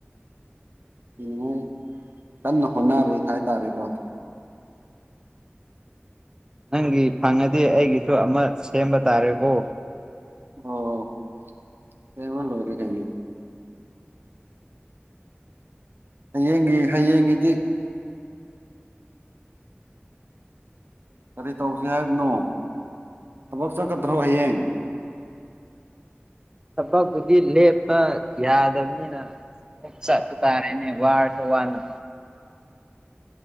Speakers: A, on the right (about 55°); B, on the right (about 20°).
A: ꯀꯅꯤꯡꯉꯥꯏ ꯀꯟꯅ ꯍꯣꯠꯅꯔꯤ ꯍꯥꯏꯇꯥꯔꯦꯀꯣ
B: ꯅꯪꯒꯤ ꯐꯪꯉꯗꯤꯦ ꯑꯩꯒꯤꯁꯨ ꯑꯃ ꯁꯦꯝꯕ ꯇꯥꯔꯦꯀꯣ
A: ꯑꯣ ꯍ ꯂꯣꯏꯔꯦꯒꯦꯅꯤ ꯍꯌꯦꯡꯒ ꯍꯌꯦꯡꯒꯤꯦꯗꯤꯤ ꯀꯔꯤ ꯇꯧꯁꯤ ꯍꯥꯏꯕꯅꯣ ꯊꯕꯛ ꯆꯠꯀꯗ꯭ꯔꯣ ꯍꯌꯦꯡ
B: ꯊꯕꯛꯄꯨꯗꯤ ꯂꯦꯞꯄ ꯌꯥꯗꯕꯅꯤꯅ ꯑꯃꯨꯛ ꯆꯠꯄ ꯇꯥꯔꯦꯅꯦ ꯋꯥ ꯋꯥꯅ